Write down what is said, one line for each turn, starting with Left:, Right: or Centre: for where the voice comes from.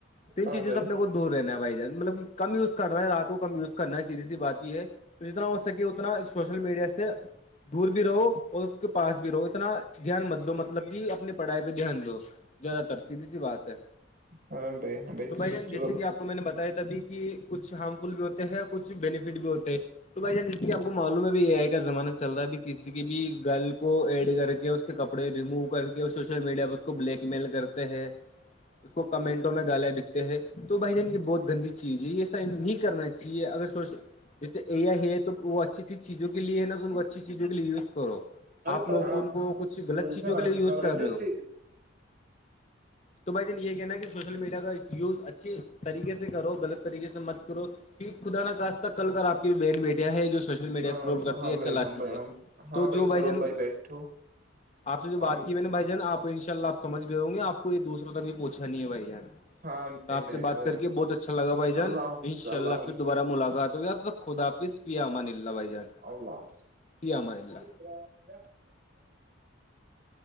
Left: تین
Right: ہاں
Left: چیزیں
Right: بھائی
Left: سے اپنے کو دھور رہین ہے بھائی جان مطلب کم یوز کر رہے ہیں رات کم یوز کرنا ہے سیدھی سی بات یہ ہے تو جتنا ہو سکے اتنا سوشل میڈیا سے دور بھی رہو اور اس کے پاس بھی رہو اتنا دھیان مت دو مطلب کہ اپنی پڑھائی پہ دھیان دو زیادہ تر سیدھی سی بات ہے
Right: ہاں بائی بائی
Left: تو بھائی جان
Right: چلو
Left: جیسے کہ آپ میں نے بتایا تبھی کہ کچھ ہارم فل بھی ہوتے ہیں کچھ بینیفٹ بھی ہوتے ہیں تو بھائی جان جسے آپ کو معلوم ہے بھی یہ آئی کا زمہ چل رہا ہے بھی کسی کے بھی گل کو ایڈ کر کے اس کے کپڑے ریموو کر کے سوشل میڈیا پہ اس کو بلیک میل کرتے ہیں اس کو کمنٹوں میں گالے بکتے ہیں تو بھائی جان یہ بہت گندی چیز جی یہ س نہیں کرنا چاہیے اگر سوش جیسے اے آئی ہے تو وہ اچھی اھی چیزوں کے لیے نا تو ان کو اچھا ا چیز یوز کرو
Right: ارے
Left: آپ
Right: پک
Left: لوگ تو ان کو کچھ غلط چیزوں
Right: سر راٹ
Left: کے لیے یوز
Right: پرس
Left: کر رہے ہو تو بھائی جن یہ کہناا کہ سوشل میڈیا کا یز اچھی طریقے سے کرو غلط طریقے سے مت کرو ٹ خدا ن کااستہ کل کر آپ مین میڈیا ہے جو سوشل میڈیا
Right: ہاں
Left: اسکرول کرتی
Right: ہاں
Left: ہے
Right: بھائی
Left: چلاتی
Right: ہاں بھائی
Left: ہے
Right: ہم ہاں
Left: تو جو
Right: چلو
Left: بھائی جان
Right: بیٹھو
Left: آپ سے جو بات
Right: ہم
Left: کی میں نے بھائی جان آپ ان شاء اللہپ سمجھ گئے ہوں گے آپ کو یہ دوسروں تک بھی پوچھا نہیں ہے بائی جان
Right: ہاں بھائی
Left: تو آپ
Right: بیٹھو
Left: سے بات کر
Right: یار
Left: کے بہت اچھا لگا بھائی جان
Right: اللہ حافظ
Left: ان شاء اللہ
Right: حافظ
Left: پھر دوبارہ ملاقات ہوگی اب خدافظ پی امن اللہ بھائی جان
Right: اللہ
Left: فی امان اللہ
Right: ح